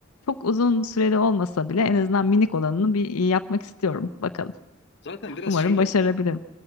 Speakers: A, on the left; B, on the left.
A: çok uzun süreli olmasa bile en azından minik olanını bir yapmak istiyorum. Bakalım.
B: Zaten biraz
A: Umarım
B: şeyle
A: başarabilirim.
B: oluyor.